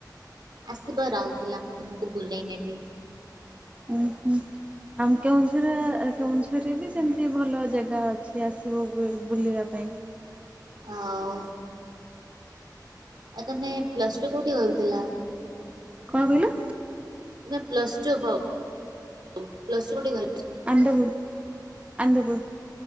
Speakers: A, on the right (about 80°); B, on the right (about 15°).
A: ଆସିବ ରାଉଲୁକେଲା ମୁଁ ତମକୁ ବୁଲେଇ ନେବି।
B: ଉ ହୁଁ। ଆମ କେଉଁଝର କେଉଁଝରରେ ବି ସେମତି ଭଲ ଜାଗା ଅଛି। ଆସିବ ବୁଲିବା ପାଇଁ।
A: ଆଉ ଆଉ ତମେ ପ୍ଲସଟୁ କୋଉଠି କରୁଥିଲା?
B: କଣ କହିଲ?
A: ତମେ ପ୍ଲସଟୁ ପ-ପ୍ଲସଟୁ କୋଉଠି କ
B: ଆନ୍ଦପୁର ଆନ୍ଦପୁର।